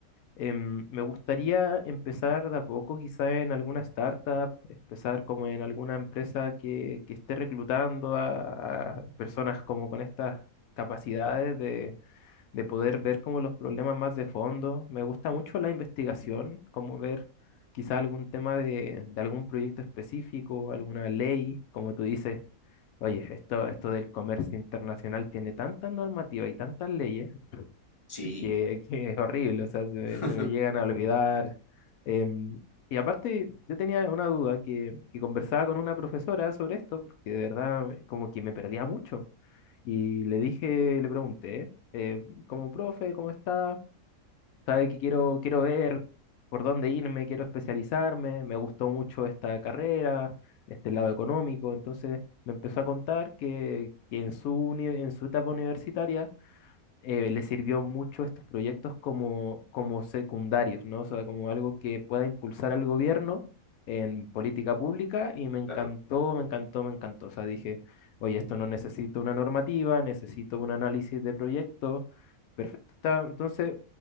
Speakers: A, on the left (about 75°); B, on the left (about 30°).
A: Em, me gustaría empezar de a poco, quizá en alguna startup, empezar como en alguna empresa que, que esté reclutando a, a personas como con estas capacidades de, de poder ver como los problemas más de fondo. Me gusta mucho la investigación, como ver quizá algún tema de, de algún proyecto específico, alguna ley, como tú dices, oye, esto, esto del comercio internacional tiene tanta normativa y tantas leyes
B: sí,
A: que, <laughs> que es horrible, o sea, se, me
B: <laughs>
A: se me llegan a olvidar. em, y aparte, yo tenía una duda que, que conversaba con una profesora sobre esto, porque de verdad eh, como que me perdía mucho. Y le dije, le pregunté, eh, como profe, ¿cómo está? ¿Sabe que quiero, quiero ver por dónde irme? Quiero especializarme, me gustó mucho esta carrera, este lado económico, entonces me empezó a contar que, que en su, uni- en su etapa universitaria eh, le sirvió mucho estos proyectos como, como secundarios, ¿no? O sea, como algo que pueda impulsar al gobierno en política pública y me encantó,
B: claro.
A: me encantó, me encantó. O sea, dije, oye, esto no necesito una normativa, necesito un análisis de proyecto. Perfecto. Está. Entonces,